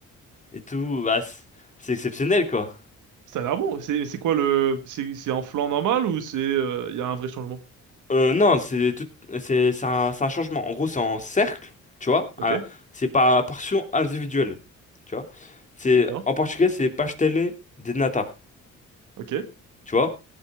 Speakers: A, on the left (about 25°); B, on the right (about 85°).
A: et tout. Bah, c- c'est exceptionnel, quoi.
B: ça a l'air bon. C'est c'est quoi le... C'est c'est un flan normal ou c'est... euh, Il y a un vrai changement?
A: Euh, non, c'est tout, c'est c'est un, c'est un changement. En gros, c'est en cercle, tu vois.
B: Ok.
A: Ah, c'est pas à portion individuelle, tu vois. C'est,
B: D'accord.
A: en portugais, c'est pastelé de nata,
B: Ok.
A: tu vois.